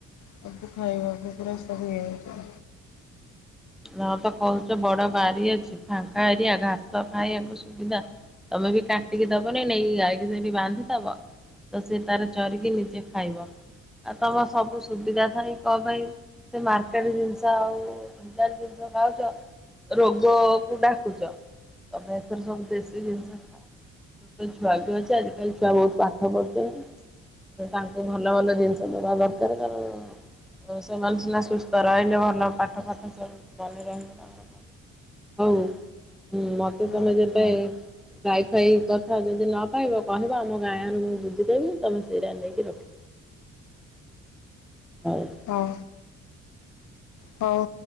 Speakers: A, on the left; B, in the centre.
A: ସବୁ ଖାଇବାକୁ ପୁରା ସବୁ ଇଏ ହେଇଯିବ।
B: <unintelligible> କହୁଚ ବଡ ବାରି ଅଛି ଫାଙ୍କା ଏରିଆ ଘାସ ଖାଇବାକୁ ସୁବିଧା। ତମେବି କାଟିକି ଦବନି ନେଇକି ଗାଇ କି ସେଇଠି ବାନ୍ଧିଥବ। ତ ସେ ତାର ଚରିକି ନିଜେ ଖାଇବ ଆଉ ତମ ସବୁ ସୁବିଧା ଥାଇ କପାଇଁ ସେ ମାର୍କେଟ୍ ଜିନିଷ ଆଉ ଡାଲି ଯଉ ଖାଉଚ ରୋଗକୁ ଡାକୁଚ। ତମେ ଏଥର ସବୁ ଦେଶୀ ଜିନିଷ ଖାଅ। ଛୋଟ ଛୁଆବି ଅଛି ଆଜିକାଲି ଛୁଆ ବହୁତ୍ ପାଠ ପଢୁଚନ୍ତି। ତ ତାଙ୍କୁ ଭଲ ଭଲ ଜିନିଷ ଦବା ଦରକାର୍ କାରଣ ଓ ସେମାନେ ସିନା ସୁସ୍ଥ ରହିଲେ ଭଲ ପାଠ ପାଠ ମନେ ରହିବ ସେମାନଙ୍କର। ହଉ ହୁଁ ମତେ
A: ହଁ
B: ତମେ ଯେବେ ଗାଈ ଫାଇ କଥା ଯଦି ନପାଇବ କହିବ ଆମ ଗାଁରୁ ମୁଁ ବୁଝିଦେବି ତମେ ସେଇରା ନେଇକି ରଖି ହଉ।
A: ହଁ। ହଉ।